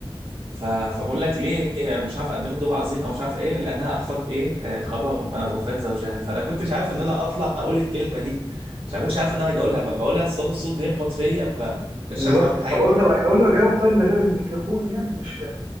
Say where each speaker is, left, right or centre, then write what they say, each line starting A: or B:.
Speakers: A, on the right; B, on the right.
A: ف... فبقول لك ليه مش عارف اقدمه دور عظيم او مش عارف ايه لانها اخفت ايه آه، خبر م- وفاة زوجها فانا كنتش عارف ان انا اطلع اقول الكلمه دي مش أنا كنتش عارف ان انا هاجي اقولها ب- بقولها الصدى الصوت بيخبط فيا ما-
B: بالظبط
A: مش عارف اعمل حاجه
B: طب اقول طب اقول له اجاوب طيب من غير الميكروفون يعني مش